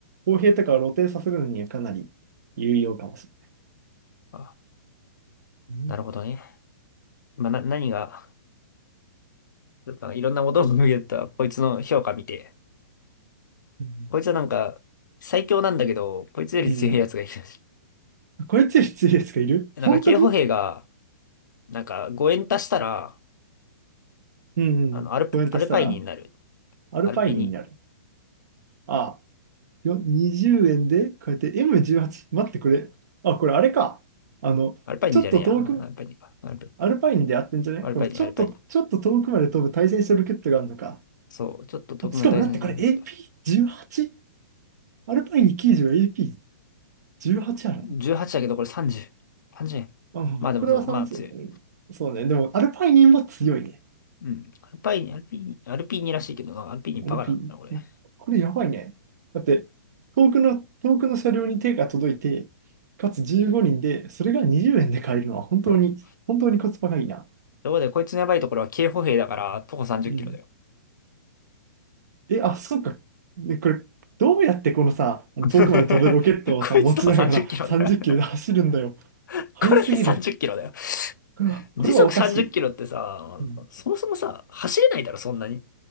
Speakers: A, on the right; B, on the left.
A: 砲兵とかを露呈させるのにはかなり有用かもし
B: あ、
A: れない。
B: なるほどね。まあな、何が、ちょっといろんなことを見ると、こいつの評価見て。
A: うん。
B: こいつはなんか、最強なんだけど、こいつより強いやつがいるらしい。
A: うんうん、これ強いつより強いやつがいる本当に
B: なんか、警歩兵が、なんか5円足したら、
A: うんうん。
B: あの、アル、
A: コメントしたら、
B: アルパイニになる。
A: アルパイニーになる。
B: アルピニ。
A: ああ、よ20円で、こうやって M18。待って、これ。あ、これあれか。あの、
B: アルパイニじゃねえや。
A: ちょっと遠く、
B: アルパイニか。アルパイニ。
A: アルパイニーでやってんじゃないこのちょっと、
B: アルパイニ、アルパイニ。
A: ちょっと遠くまで飛ぶ対戦車ロケットがあるのか。
B: そう、ちょっと特務対戦しなきゃいけない。
A: あしかも、だってこれ AP18? アルパイニー90は AP18 あるの
B: 18だけどこれ30。30円。
A: まあ、
B: まあでもそう、
A: 黒田さんですよね。
B: まあ強い。
A: うんそうね。でも、アルパイニンは強いね。
B: うん。アルパイニ、アルピーニ、アルピーニらしいけどな、アルピーニバカなんだな、
A: アルピーニ。
B: これ。
A: うんこれやばいね。だって、遠くの、遠くの車両に手が届いて、かつ15人で、それが20円で買えるのは本当に、
B: そう。
A: 本当にコスパがいいな。
B: ところで、こいつのやばいところは警歩兵だから、徒歩30キロだよ。
A: うん。え、あ、そうか。で、これ、どうやってこのさ、
B: <laughs>
A: 遠くまで飛ぶロケットをさ、
B: こいつ徒歩30キロだよ。
A: 持ちながら30キロで走るんだよ。
B: <laughs>
A: 速すぎる。
B: これで30キロだよ。
A: これは、これはおかしい。
B: 時速30キロってさ、
A: うん、
B: そもそもさ、走れないだろ、そんなに。